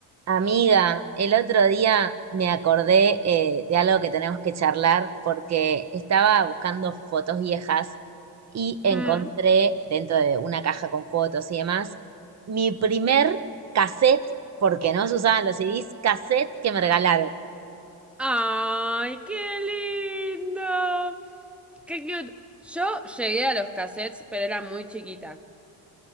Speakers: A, on the right (about 40°); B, in the centre.
A: Amiga, el otro día me acordé eh, de algo que tenemos que charlar porque estaba buscando fotos viejas y encontré
B: Mm.
A: dentro de una caja con fotos y demás mi primer cassette, porque no se usaban los CDs, cassette que me regalaron.
B: ¡Ay, qué lindo! ¡Qué cute! Yo llegué a los cassettes, pero era muy chiquita.